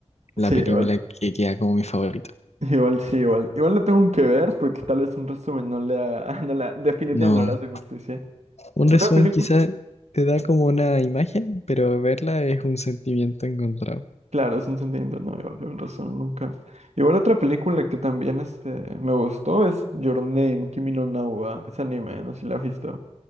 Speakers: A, on the left; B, on the right.
A: la
B: Sí,
A: película
B: igual.
A: que queda como mi favorito.
B: Igual, sí, igual. Igual lo tengo que ver porque tal vez un resumen no le haga, <laughs> no la, definitivamente
A: No,
B: no le hace justicia.
A: un
B: Una
A: resumen
B: película.
A: quizás te da como una imagen, pero verla es un sentimiento encontrado.
B: Claro, es un sentimiento, no, igual tienen razón, nunca. Igual otra película que también este, me gustó es Your Name, Kimi no Na wa, es anime, no sé si la has visto.